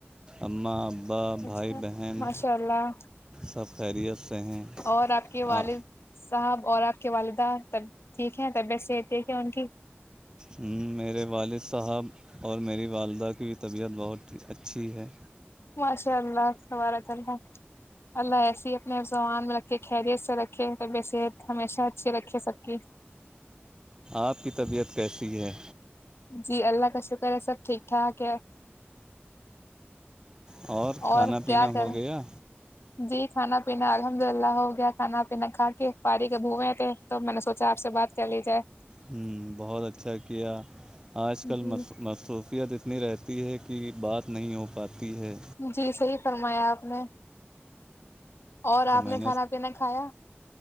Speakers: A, on the right (about 20°); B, on the left (about 75°).
A: اماں با بھائی
B: اچھا
A: بہن
B: ماشاء اللہ
A: سب خیریت سے ہیں
B: اور آپ کے والد
A: آ
B: صاحب اور آپ کے والدہب ٹھیک ہیں طبیعت صح یک ہے ان کی
A: ہ میرے والد صاحب اور میری والدہ کی طبیعت بہت اچھی ہے
B: ماشاء اللہ وارات اللہ اللہ ایسی ہی اپنے زبان میں رکھے خیریت سے رکھے طبی صحت ہمیشہ اچھی رکھے سب کی
A: آپ کی طبیعت کیسی ہے
B: جی اللہ کا شکر ہے سب ٹھیک ٹھاک ہے
A: اور <unintelligible>
B: اور
A: پینا
B: کیا کر
A: ہو گیا
B: جی کھانا پینا الحمد للہ ہو گیا کھانا پینا کھا کے باڑی کے بھوئے تھے توب میں نے سوچا آپ سے بات کر لی جائے
A: ہوں بہت اچھا کیا آج کل
B: جی
A: م مصروفیت اتنی رہتی ہے کہ بات نہیں ہو پاتی ہے
B: جی صحیح فرمایا آپ نے اور
A: تو
B: آپ
A: میں
B: نے کھانا پینا کھایا